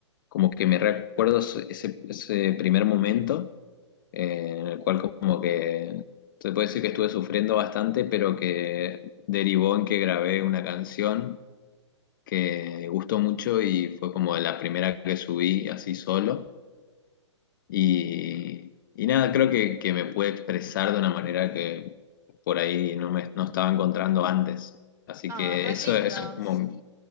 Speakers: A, on the left (about 45°); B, on the right (about 20°).
A: como que me recuerdo ese, ese primer momento eh, en el cual como que se puede decir que estuve sufriendo bastante, pero que derivó en que grabé una canción que gustó mucho y fue como la primera que subí así solo y, y nada, creo que, que me pude expresar de una manera que por ahí no me no estaba encontrando antes. Así
B: Ah,
A: que
B: re
A: eso,
B: lindo.
A: eso es como,